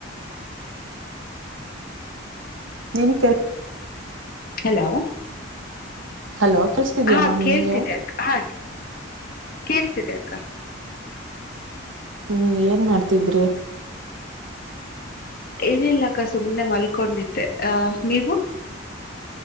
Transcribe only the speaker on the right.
ನೀನಿಗ್ ಕೆ --
ಹಲೋ ಕೇಳ್ಸ್ತಿದ್ಯಮ್ಮ
ನಿನ್ಗೆ
ಹ್ಮ್ ಏನ್ ಮಾಡ್ತಿದ್ರಿ.